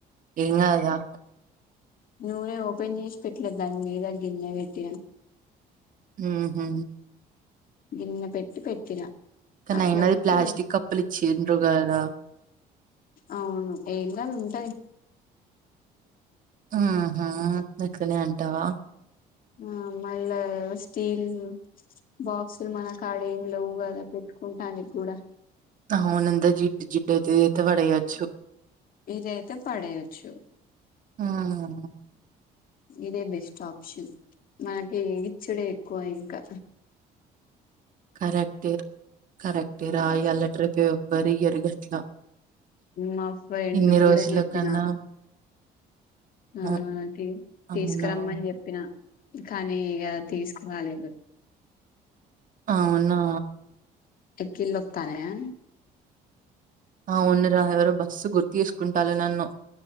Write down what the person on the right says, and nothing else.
ఎంగాదుగా
ఊహూ
కానీ
అయినాది ప్లాస్టిక్ కప్పులు ఇచ్చిండ్రు గాదా
ఊహూ అట్లనే అంటావా
అవునంతా జిడ్డు జిడ్డు అయితే ఇదైతే పడెయ్యొచ్చు
హ్మ్
కరెక్టే కరెక్టే రా ఇయ్యాలటి రేపు ఎవ్వరు ఇయ్యరు గట్లా
ఇన్ని
రోజుల
కన్నా
అవు
అవునా
అవునా
అవునురా ఎవరు బస్సు గుర్తు తీసుకుంటారు నన్ను